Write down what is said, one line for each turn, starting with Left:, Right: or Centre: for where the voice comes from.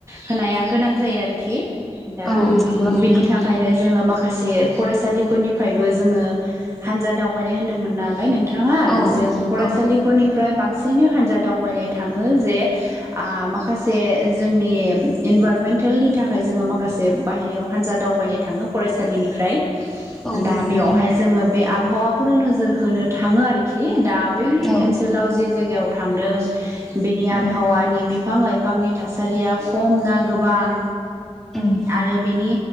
Right: होनाया गोनां जायो आरोखि दा
Centre: औ नंगौ नोंथां
Right: बिनि थाखायनो जोङो माखासे फरायसालिफोरनिफ्रायबो जोङो हानजा दावबायनाय होनदोंमोन नालाय नोंथाङा
Centre: औ
Right: जों फरायसालि
Centre: औ
Right: फोरनिफ्राय बांसिनै हान्जा दावबायनाय थाङो जे माखासे जोंनि इनभाररमेन्टेलनि थाखाय जोङो माखासे बाहेरायाव हानजा दावबायनाय थाङो फरायसालिनिफ्राय
Centre: औ
Right: दा
Centre: नंगौ
Right: बेयावहाय जोङो बे आबहावाखौनो नोजोर होनो थाङो आरोखि दा बै
Centre: औ
Right: ओनसोलाव जे जायगायाव थांदों बेनि
Centre: उम
Right: आबहावानि बिफां लाइफांनि थासारिया खम ना गोबां
Centre: उम
Right: आरो बिनि